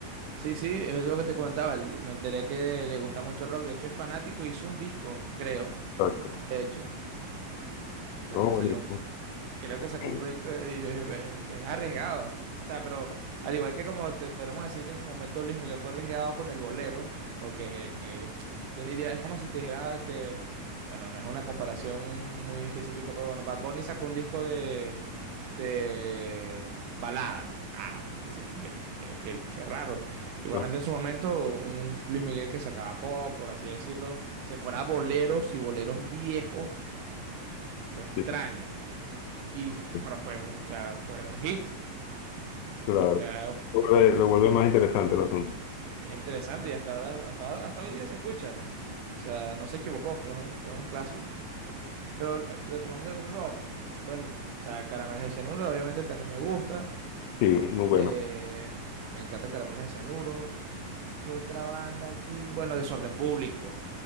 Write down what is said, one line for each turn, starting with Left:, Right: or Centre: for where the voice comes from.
Right: Sí, sí, es lo que te comentaba. el- Me enteré que le gusta mucho el rock. De hecho, es fanático y hizo un disco, creo.
Left: Exacto.
Right: De hecho, sacó-
Left: No, buenísimo.
Right: salió, creo que sacó
Left: Sí.
Right: un proyecto de y yo dije, este es arriesgado. O sea, pero al igual que como te podríamos decir que en su momento Luis Miguel fue arriesgado con el bolero, porque eh, quién diría, es como si te dijera que, bueno, no es una comparación muy específica, pero bueno, Bad Bunny sacó un disco de, de balada. Wow, dices, ve, eh, qué, qué raro. Igualmente
Left: Ah,
Right: en su momento, un Luis Miguel que sacaba pop, por así decirlo, se fuera a boleros y boleros viejos, fue extraño.
Left: sí,
Right: Y, f-
Left: sí,
Right: pero fue un, fue, fue un hit,
Left: claro.
Right: fue algo
Left: Lo vuelve lo vuelve más interesante el asunto.
Right: interesante y hasta ahora, hasta ahora, hasta hoy día se escucha. O sea, no se equivocó, fue un, fue un clásico. Pero retomando el rock, bueno, o sea, Caramelos de Cianuro obviamente también me gusta.
Left: Sí, muy bueno.
Right: eh, me encanta Caramelos de Cianuro. ¿Qué otra banda aquí? Bueno, Desorden Público.